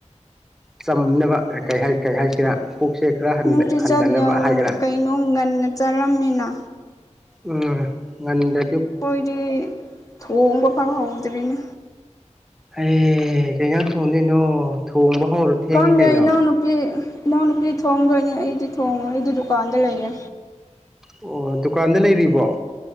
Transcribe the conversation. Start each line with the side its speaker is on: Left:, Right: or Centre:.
Centre: ꯆꯝꯅꯕ ꯀꯩ ꯍꯥꯏꯁꯤꯔꯥ ꯄꯨꯛꯁꯦ ꯈꯔ
Left: ꯅꯣꯢꯗꯤ
Centre: ꯍꯟꯊꯅꯕ
Left: ꯆꯥꯛ ꯌꯥꯝ
Centre: ꯍꯥꯏꯒꯦꯔꯥ
Left: ꯀꯩꯅꯣ ꯉꯟꯅ ꯆꯥꯔꯝꯃꯤꯅ
Centre: ꯎꯝ ꯉꯟꯗ
Left: ꯑꯩꯈꯣꯏꯗꯤ ꯊꯣꯡꯕ ꯐꯥꯎ ꯍꯥꯎ ꯇꯔꯤꯅ
Centre: ꯑꯦ ꯀꯩꯌꯥ ꯊꯣꯡꯗꯣꯏꯅꯣ ꯊꯣꯡꯕ ꯍꯧꯔ ꯊꯦꯡꯉꯤ
Left: ꯀꯪ
Centre: ꯀꯩꯅꯣ
Left: ꯏꯅꯥꯎ ꯅꯨꯄꯤ ꯏꯅꯥꯎꯅꯨꯄꯤ ꯊꯣꯡꯗꯣꯏꯅꯦ ꯑꯩꯗꯤ ꯊꯣꯡꯉꯣ ꯑꯩꯗꯤ ꯗꯨꯀꯥꯟꯗ ꯂꯩꯌꯦ
Centre: ꯑꯣ ꯗꯨꯀꯥꯟꯗ ꯂꯩꯔꯤꯕꯣ